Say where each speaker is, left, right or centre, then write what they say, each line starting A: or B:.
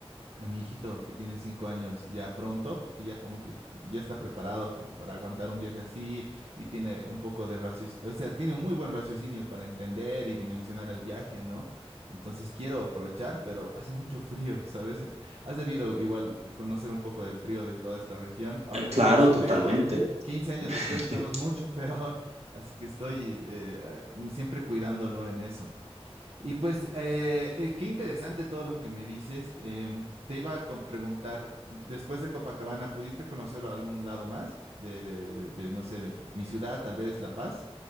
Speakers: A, on the right (about 65°); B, on the right (about 85°).
A: a mi hijito que tiene cinco años ya pronto, porque ya como que ya está preparado como para aguantar un viaje así y tiene un poco de raciocinio, o sea, tiene un muy buen raciocinio para entender y dimensionar el viaje, ¿no? Entonces quiero aprovechar, pero hace mucho frío, ¿sabes? Eh, Has debido igual conocer un poco del frío de toda esta región. Ahora
B: Eh,
A: estamos
B: claro,
A: peor,
B: totalmente.
A: 15 años
B: <laughs>
A: después estamos mucho peor, así que estoy eh, eh, siempre cuidándolo en eso. Y pues, eh, eh, qué interesante todo lo que me dices. Em, te iba a com- preguntar, después de Copacabana, ¿pudiste conocer algún lado más de, de, de- de, no sé, de mi ciudad, tal vez La Paz?